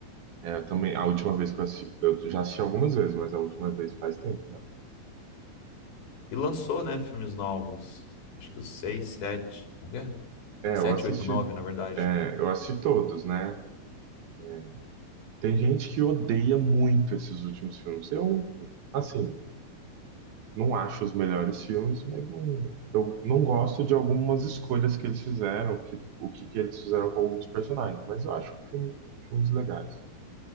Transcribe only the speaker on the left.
E lançou, né, filmes novos. Acho que os seis, sete, como que é?
Sete,
oito, nove, na verdade.